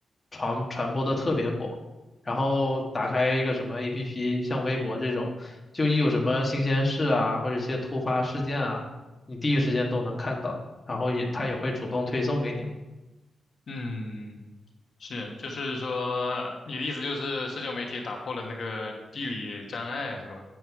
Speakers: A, on the left; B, on the left.
A: 传传播的特别广。然后打开一个什么 APP，像微博这种，就一有什么新鲜事啊，或者一些突发事件啊，你第一时间都能看到，然后也它也会主动推送给你嘛。
B: 嗯，是，就是说你的意思就是社交媒体打破了那个地理障碍，是吧？